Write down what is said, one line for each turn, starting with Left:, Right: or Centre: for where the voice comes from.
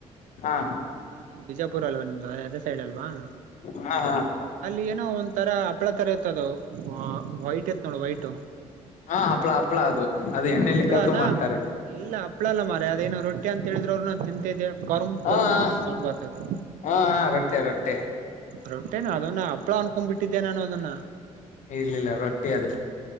Left: ಹಾ
Right: ನಿಮ್ದ್ ಬಿಜಾಪುರ ಅಲ್ವಾ ನಿಮ್ದು ಅದೇ ಸೈಡ್ ಅಲ್ವಾ‌‌.
Left: ಹಾ ಹಾ
Right: ಅಲ್ಲಿ ಏನೋ ಒಂದ್ರ ಹಪ್ಪಳ ತರ ಇತ್ ಅದು ವೈಟ್ ಇತ್ ನೋಡು ವೈಟ್
Left: ಹಾ ಹಪ್ಪಳ ಹಪ್ಪಳ ಅದು ಅದು ಎಣ್ಣೆಯಲ್ಲಿ
Right: ಹಪ್ಳಾನ
Left: ಕರ್ದು ಮಾಡ್ತಾರೆ.
Right: ಇಲ್ಲ ಹಪ್ಪಳ ಮಾರೆ ಅದೇನೋ ರೊಟ್ಟಿ ಅಂತ ಹೇಳಿದ್ರೂ ಅವರು ನಾನು ತಿಂತಿದ್ದೆ ಕರುಮ್
Left: ಹಾ
Right: ಕರುಮ್
Left: ಹಾ
Right: ಅಂತ ಸೌಂಡ್ ಬರತ್ತೈತು.
Left: ಹಾ ಹಾ ರೊಟ್ಟೆ ರೊಟ್ಟೆ
Right: ರೊಟ್ಟೇನ ಅದನ್ನ ಹಪ್ಪಳ ಅನ್ಕೊಂಡ್ಬ ಬಿಟ್ಟಿದ್ದೆ ನಾನು ಅದನ್ನ
Left: ಇರ್ಲಿಲ್ಲ ರೊಟ್ಟಿ ಅದು.